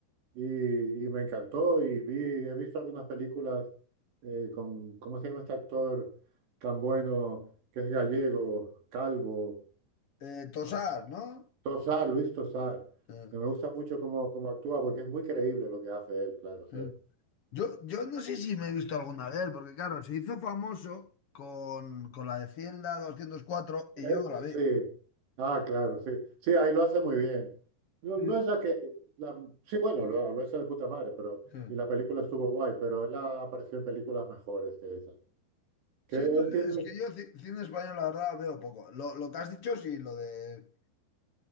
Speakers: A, on the right (about 80°); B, on the left (about 60°).
A: y, y me encantó y vi, he visto algunas películas eh, con, ¿cómo se llama este actor tan bueno que es gallego, calvo?
B: eh, Tosar,
A: Ah,
B: ¿no?
A: Tosar, Luis Tosar.
B: Eh,
A: que Me gusta mucho cómo, cómo actúa porque es muy creíble lo que hace él, claro, siempre.
B: eh. Yo, yo no sé si me he visto alguna de él, porque claro, se hizo famoso con, con la de Cielda 204
A: Eh,
B: y yo no la vi.
A: Sí, ah, claro, sí. Sí, ahí lo hace muy bien. No,
B: Sí,
A: no es la que... la- sí, bueno, lo, lo hace de puta madre, pero...
B: sí.
A: Y la película estuvo guay, pero él ha aparecido en películas mejores que esa. Que
B: Sí, no
A: él
B: sé,
A: tiene...
B: es que yo ci- cine español la verdad veo poco. Lo, lo que has dicho, sí, lo de